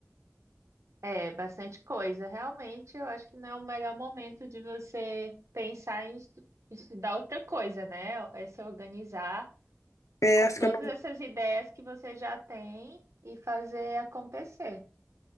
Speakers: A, on the right; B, on the left.
A: É, bastante coisa. Realmente, eu acho que não é o melhor momento de você pensar em estu- estudar outra coisa, né? É se organizar
B: É,
A: com
B: acho
A: todas
B: que eu não...
A: essas ideias que você já tem e fazer acontecer.